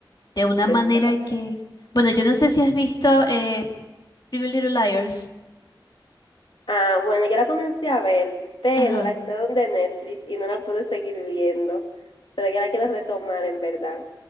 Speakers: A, on the left; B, on the left.
A: de una
B: Exacto.
A: manera que, bueno, yo no sé si has visto eh, Pretty Little Liars.
B: Ah, bueno, ya la comencé a ver, pero
A: Ajá.
B: la quitaron de Netflix y no la pude seguir viendo. Pero ya la quiero retomar en verdad.